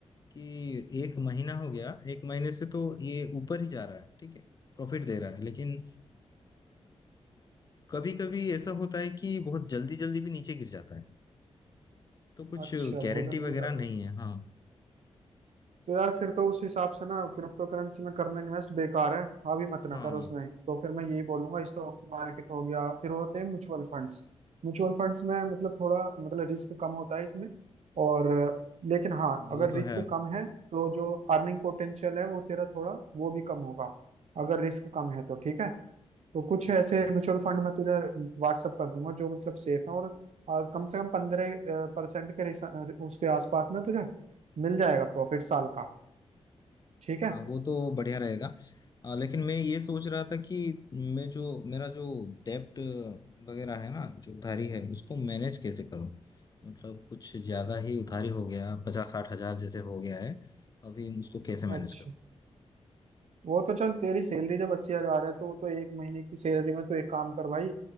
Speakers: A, on the left; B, on the right.
A: कि एक महीना हो गया एक महीने से तो ये ऊपर ही जा रहा है ठीक है प्रॉफिट दे रहा है लेकिन कभी कभी ऐसा होता है कि बहुत जल्दी जल्दी भी नीचे गिर जाता है तो कुछ
B: अच्छा बहुत
A: गारंटी
B: जल्दी
A: वगैरह
B: भी जाता
A: नहीं
B: है
A: है हाँ
B: तो यार फिर तो उस हिसाब से ना क्रिप्टो करेंसी में करना इन्वेस्ट बेकार है अभी मत ना
A: हाँ
B: करो उसमें तो फिर मैं यही बोलूंगा स्टॉक मार्केट हो गया फिर होते हैं म्यूचुअल फंड्स म्यूचुअल फंड्स में मतलब थोड़ा मतलब रिस्क कम होता है इसमें और अ, लेकिन हाँ
A: हाँ
B: अगर
A: वो तो
B: रिस्क
A: है
B: कम है तो जो अर्निंग पोटेंशियल है वो तेरा थोड़ा वो भी कम होगा अगर रिस्क कम है तो ठीक है तो कुछ
A: ठीक
B: ऐसे
A: है ठीक
B: म्यूचुअल फंड मैं तुझे व्हाट्सअप कर दूंगा जो मतलब सेफ है और आ, कम से कम पंद्रह परसेंट के रिस- उसके आसपास ना तुझे मिल जाएगा प्रॉफिट साल का ठीक
A: है।
B: है
A: हाँ वो तो बढ़िया रहेगा आ, लेकिन मैं ये सोच रहा था कि मैं जो मेरा जो डेप्ट वगैरह है ना जो उधारी है उसको मैनेज कैसे करूं मतलब कुछ ज्यादा ही उधारी हो गया पचास साठ हजार जैसे हो गया है अभी उसको कैसे मैनेज
B: अच्छा
A: करूं
B: वो तो चल तेरी सैलरी जब अस्सी हजार है तो वो तो एक महीने की सैलरी में तो एक काम कर भाई